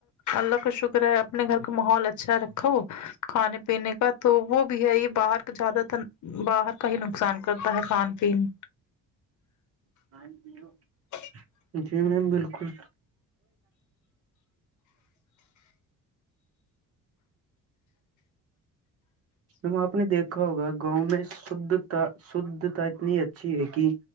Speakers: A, on the left; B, on the right.
A: اللہ کا شکر ہے اپنے گھر کا ماحول اچھا کھانے پینے کا تو وہ بھی ہے یہ باہر زیادہ تر باہر کا ہی نقصان کرتا ہے کھان پیین
B: <unintelligible>
A: <unintelligible>
B: جی میم بالکل مم آپ نے دیکھا ہوگا گاؤں میں شھتا شھتا اتنی اچھی ہے کہ